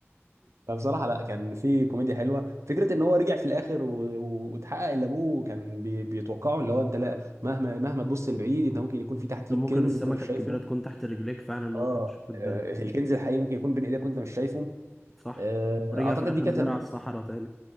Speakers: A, on the right (about 75°); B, in the centre.
A: فبصراحة لا كان في كوميديا حلوة فكرة ان هو رجع في الاخر و- و- واتحقق اللي ابوه كان بي- بيتوقعه اللي هو انت لا مهما مهما تبص لبعيد انت ممكن يكون في تحتيك
B: انت ممكن
A: كنز
B: السمكة
A: انت مش شايفه
B: الكبيرة تكون تحت رجليك فعلا
A: اه
B: وانت مش واخد
A: آه،
B: بالك
A: الكنز الحقيقي ممكن يكون بين ايدك وانت مش شايفه
B: صح
A: آه،
B: ورجع
A: اعتقد
B: في الاخر
A: دي كانت
B: زرع
A: ال-
B: الصحراء تاني